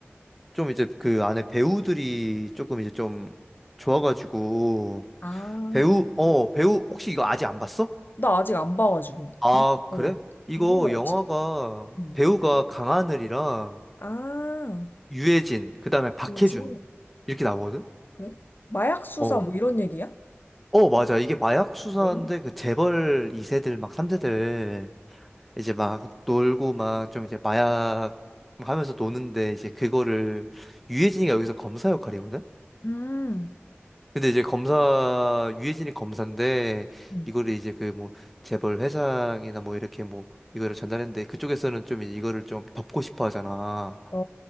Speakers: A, in the centre; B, on the left (about 50°).
A: 좀 이제 그 안에 배우들이 조금 이제 좀 좋아가지고
B: 아,
A: 배우 어 배우 혹시 이거 아직 안 봤어?
B: 나 아직 안 봐가지고.
A: 아,
B: 누구,
A: 그래?
B: 어.
A: 이거
B: 누구 나오지?
A: 영화가
B: 응.
A: 배우가 강하늘이랑
B: 아,
A: 유해진 그다음에 박해준
B: 그래지
A: 이렇게 나오거든?
B: 그래? 마약 수사
A: 어.
B: 뭐 이런 얘기야?
A: 어, 맞아. 이게 마약 수사인데
B: 네.
A: 그 재벌 2세들 막 3세들 이제 막 놀고 막 좀 이제 마약 막 하면서 노는데 이제 그거를 유해진이가 여기서 검사 역할이거든?
B: 음.
A: 근데 이제 검사 유해진이 검사인데
B: 응.
A: 이거를 이제 그 뭐 재벌 회장이나 뭐 이렇게 뭐 이거를 전달했는데 그쪽에서는 좀 이제 이거를 좀 덮고 싶어 하잖아.
B: 어.